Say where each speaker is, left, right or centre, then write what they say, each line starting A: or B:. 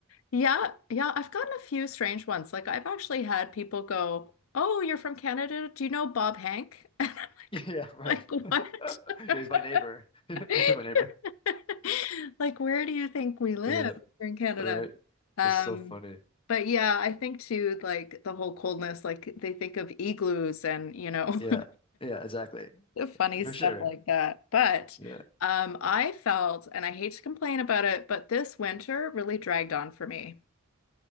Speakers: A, on the left (about 80°); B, on the left (about 25°).
A: Yeah. Yeah. I've gotten a few strange ones. Like, I've actually had people go, Oh, you're from Canada. Do you know Bob Hank? <laughs>
B: <laughs> Yeah, right.
A: Like, what?
B: <laughs>
A: <laughs>
B: He's my neighbor. <laughs> He's
A: <laughs>
B: my neighbor.
A: Like, where do you think we live
B: Yeah,
A: here in Canada?
B: right.
A: Um,
B: That's so funny.
A: but yeah, I think too, like the whole coldness, like they think of igloos and, you know,
B: Yeah, yeah, exactly.
A: <laughs> funny
B: For
A: stuff
B: sure.
A: like that. But
B: Yeah.
A: um, I felt, and I hate to complain about it, but this winter really dragged on for me.